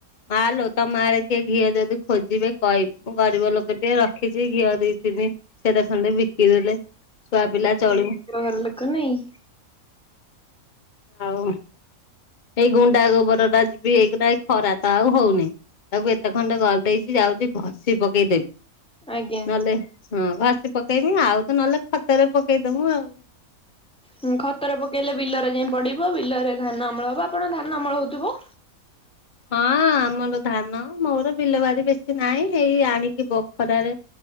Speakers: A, on the left (about 35°); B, in the centre.
A: ମାଲୋ ତମ ଆଡ଼େ କିଏ ଘିଅ ଯଦି ଖୋଜିବେ କହିବୁ। ମୁଁ ଗରିବ ଲୋକ ଟିକେ ରଖିଛି ଘିଅ ଦି ତିନି ସେର ଖଣ୍ଡେ ବିକିଦେଲେ ଛୁଆ ପିଲା ଚଳିବୁ।
B: ତାର ଲୋକ ନାହିଁ
A: ଆଉ ଏଇ ଗୁଣ୍ଡା ଗୋବର ଟା ଯିବି ଏଇଗ ଏଇ ଖରା ତ ଆଉ ହଉନି। ତାକୁ ଏତେ ଖଣ୍ଡେ ଗଦେଇଛି ଯାଉଛି ଘଷି ପକେଇଦେବି।
B: ଆଜ୍ଞା।
A: ନହେଲେ ହଁ ଘଷି ପକେଇବି ଆଉ ତ ନହେଲେ ଖତରେ ପକେଇଦବୁ ଆଉ।
B: ହଁ ଖତର ପକେଇଲେ ବିଲରେ ଯାଇ ପଡିବ। ବିଲରେ ଧାନ ଅମଳ ହବ ଆପଣ ଧାନ ଅମଳ ହଉଥିବ?
A: ହଁ ଆମର ଧାନ ମୋର ବିଲବାଡି ବେଶୀ ନାହିଁ। ହେଇ ଆଣିକି ବଖରାରେ